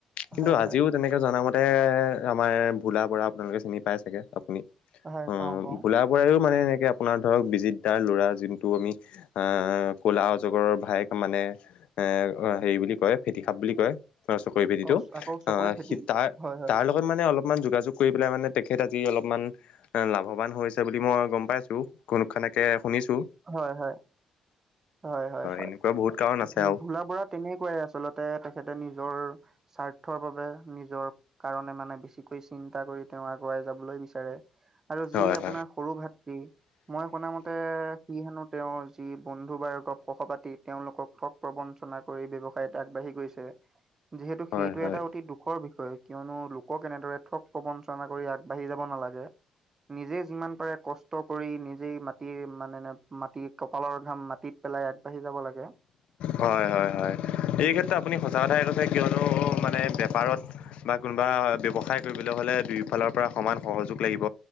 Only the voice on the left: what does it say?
কিন্তু
আজিও।
তেনেকে জনামতে আমাৰ ভোলা বৰা আপোনালোকে চিনি পাই চাগে আপুনি।
অহ'
ভোলা বৰাইও মানে এনেকে আপোনাৰ ধৰক বিজিত দাৰ ল'ৰা জিন্তু আমি। আহ কলা অজগৰৰ ভাইক মানে এ অহ হেৰি। বুলি কয় ফেটি সাপ বুলি কয় অ চকৰি ফেটিটো
অহ
সি তাৰ
তাৰ লগ। ত মানে অলপমান যোগাযোগ কৰি পেলাই মানে তেখেত আজি অলপমান। তেওঁ লাভৱান হৈছে বুলি মই গম পাইছো। ঘুনুক ঘানাককে শুনিছো।
এনেকুৱা বহুত কাৰণ আছে
আৰু
হয়
হয়
হয়
হয়
হয় হয় হয় এই ক্ষেত্ৰত আপুনি সঁচা কথাইে কৈছে কিয়নো মানে বেপাৰত। বা কোনোবা ব্যৱসায় কৰিবলৈ হ'লে দুয়োফালৰ পৰা সমান সহযোগ লাগিব